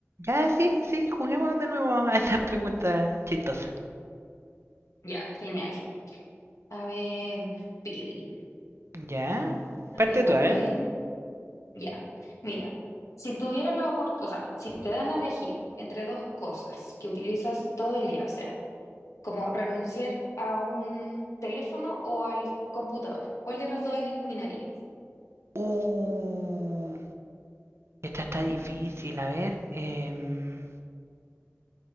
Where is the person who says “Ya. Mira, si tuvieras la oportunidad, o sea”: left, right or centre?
Left